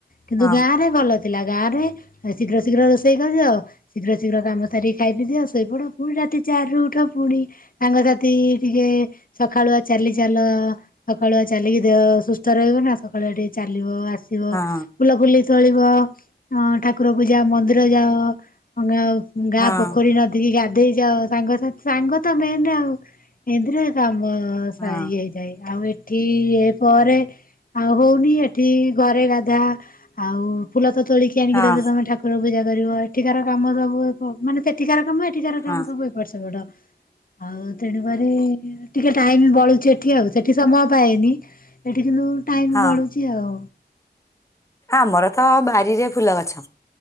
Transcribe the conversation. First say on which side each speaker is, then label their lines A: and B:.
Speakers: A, on the left (about 55°); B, on the left (about 15°).
A: କିନ୍ତୁ
B: ହଁ
A: ଗାଁ ରେ ଭଲ ଥିଲା ଗାଁ ରେ ଶୀଘ୍ର ଶୀଘ୍ର ରୋଷେଇ କରିଦିଅ ଶୀଘ୍ର ଶୀଘ୍ର କାମ ସାରିକି ଖାଇ ପି ଦିଅ ସେଇପଡ ପୁଣି ରାତି ଚାରି ରୁ ଉଠ ପୁଣି ସାଙ୍ଗସାଥି ଟିକେ ସଖାଳୁଆ ଚାଲି ଚାଲ। ସକାଳୁଆ ଚାଲିକି ଦେହ ସୁସ୍ଥ ରହିବ ନା ସକାଳୁଆ ଟିକେ ଚାଲିବ ଆ ଠିବ
B: ହଁ
A: ଫୁଲ ଫୁଲି ତୋଳିବ ଅ ଠା ଠାକୁର ପୂଜା ମନ୍ଦିର ଯାଅ ଗ ଗାଁ
B: ହଁ ହଁ
A: ପୋଖରୀ ନଦୀକି ଗା ଧେଇ ଯାଅ ସାଙ୍ଗସାଥୀ ସାଙ୍ଗ ତ ମେଏନେ ଆଉ ଏମିତରେ କାମ ଅ ସା
B: ହଁ
A: ଇଏ ହେଇଯାଏ ଆଉ ଏଠି ଇଏ ପରେ ଆଉ ହଉନି ଏଠି ଘରେ ଗାଧା ଆଉ ଫୁଲ ତ ତୋଳିକି ଆଣିକି
B: ହଁ
A: ଦେବେ ତମେ ଠାକୁର ପୂଜା କରିବ ଏଠିକାର କାମ ସବୁ ଏଫ ମାନେ ସେଠିକାର କାମ ଏଠିକାର
B: ହଁ
A: କାମ ସବୁ ଏପଟ ସେପଟ। ଆଉ ତେଣୁକରି ଟିକେ ଟାଇମ୍ ବଳୁଛି ଏଠି ଆଉ ସେଠି ସମୟ ପାଏନି ଏଠି କିନ୍ତୁ ଟାଇମ
B: ହଁ
A: ବଳୁଚି ଆଉ।
B: ଆମର ତ ବାରିରେ ଫୁଲ ଗଛ।